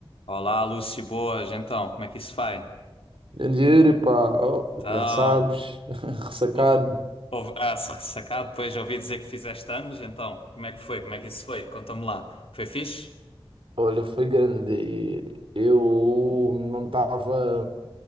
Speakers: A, on the left (about 80°); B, on the right (about 65°).
A: Olá, Lúcio, boas. Então, como é que isso vai?
B: Grande Yuri, pá, oh,
A: Então,
B: já sabes, <laughs> ressacado.
A: ouvi, ouvi, ah, se ressacado, depois ouvi dizer que fizeste anos, então, como é que foi? Como é que isso foi? Conta-me lá. Foi fixe?
B: Olha, foi grande dia. Eu não estava